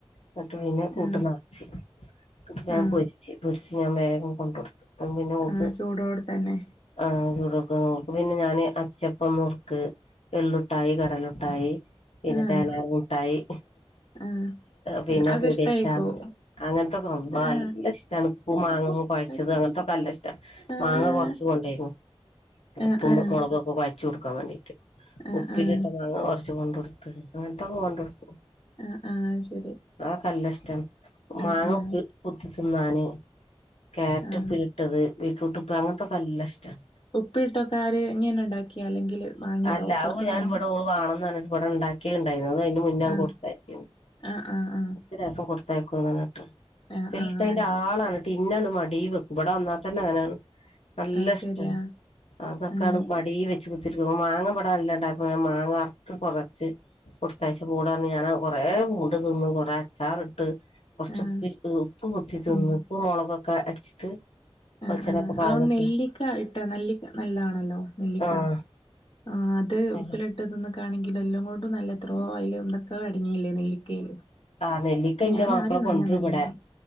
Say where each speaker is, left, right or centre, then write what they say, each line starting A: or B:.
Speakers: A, on the left (about 80°); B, on the left (about 55°).
A: ന്നിട്ട് പിന്നെ കൂട്ട്
B: ആഹ്
A: നിറച്ച് ഇട്ട് ഞാൻ
B: ആഹ്
A: പൊരിച്ച്. പൊരിച്ച് ഞാൻ വേഗം കൊണ്ടോടുത്തു. അ പിന്നെ ഓക്ക്
B: ആഹ് ചൂടോടെ തന്നെ
A: ആഹ് ചൂടൊക്കെ ഓൾക്ക് പിന്നെ ഞാന് അച്ചപ്പ മുറുക്ക് എള്ളുട്ടായി കടലുട്ടായി പിന്നെ
B: ആഹ്
A: തേനാ മുട്ടായി
B: ആഹ്
A: പിന്നെ
B: അതൊക്കെ
A: പുളിച്ചാറ്
B: ഇഷ്ടായിക്കും
A: അങ്ങനത്തൊക്കെ ള്ളാ
B: ആഹ്
A: നല്ല ഇഷ്ടാണ് പൂ മാങ്ങ കൊയച്ചത്
B: അത് ശരി
A: അങ്ങനത്തൊക്കെ അല്ല ഇഷ്ട.
B: ആഹ്
A: മാങ്ങ കൊറച്ച് കൊണ്ടെയ്ന്നു
B: ആഹ്
A: പ്പും
B: ആഹ്
A: മുളകൊക്കെ കൊയ കൊയചചൊടുക്കാൻ വേണ്ടിട്ട്.
B: ആഹ്
A: ഉപ്പിലിട്ട
B: ആഹ്
A: മാങ്ങാ കൊറച്ച് കൊണ്ടടുത്ത് അങ്ങനത്തൊക്കെ കൊണ്ടടുക്കും.
B: ആ ആഹ ശരി
A: ആ കല്ലഷ്ട്ടാണ് മാങ്ങ
B: ആഹ് ആഹ്
A: ഉപ്പിലിട്ട് കുത്തി ത്തിന്നാന്. കേരറ്റ്
B: ആഹ്
A: ഉപ്പിലിട്ടത് വീറ്റ്റൂട്ട് പ്പാങ്ങ അങ്ങനത്തൊക്കല്ലാഷ്ടാണ്.
B: ഉപ്പിലിട്ടൊക്കാര് ഇങ്ങനെ ണ്ടാക്ക ക്കെ അല്ലെങ്കില് <unintelligible>
A: അല്ല
B: പുറത്തുന്ന്
A: അ ഞൻ
B: വാങ്ങിയ
A: ഇവടെ ഓള് വാണന്നറഞ്ഞിട്ട് വടെ ണ്ടാക്കി ക്കണ്ടായിന് അത് അയിന്റെ മുന്നേ
B: ആഹ്
A: കൊടുത്തയച്ച്.
B: ആഹ് ആഹ് ആഹ്
A: ഒരസം കൊടുത്തയക്കുംന്ന്ട്ട്
B: ആഹ്
A: ഫിൾടെന്റെ
B: ആഹ്
A: ആളാണ് തിന്നാണ് മടി വെക്കും. ഇവിടെ വന്നാ തന്നെ അങ്ങനെയാണ്. നല്ല
B: അത്
A: ഇഷ്ട്ടാണ്
B: ശരിയാ
A: അതൊക്കാണ്
B: ആഹ്
A: മടി വെച്ച്കു മാങ്ങ ഇബിടെ അല്ലാണ്ട അപ്പ മാങ്ങ അറുത്ത് കുറച്ച് കൊടുത്തയച്ച് പൂടഞ്ഞെയാണ് കൊറെ പൂണ്ട് തിന്നു കൊറേ അച്ചാറിട്ട് കുറച്ച്
B: ആഹ്
A: ഉപ്പിലിട്ട് ഉപ്പ് പുത്തി തിന്ന്
B: ഏഹ്
A: ഉപ്പ് മുളകൊക്കെ അടിച്ചിട്ട്
B: ആ
A: വെളിച്ചെണ്ണൊക്കെ
B: ആ
A: പാർന്നിട്ട്
B: അതുകൊണ്ട് നെല്ലിക്ക ഇട്ടത് നെല്ലിക്ക നല്ലതാണല്ലോ നെല്ലിക്ക
A: ആഹ്
B: ആ ഇത്
A: നല്ല
B: ഉപ്പിലി ഇട്ടത് തിന്നെ കാണെങ്കിൽ എല്ലാം കൊണ്ടും നല്ല എത്രയേ അതില്എന്തൊക്കെ അടങ്ങിയില്ലേ നെല്ലിക്കയില്.
A: ആ നെല്ലിക്ക എന്റെ
B: ഞാൻ
A: മാപ്പിള
B: ആദ്യം നനഞ്ഞ
A: കൊണ്ടറും
B: നല്ലോണം
A: ഇവിടെ.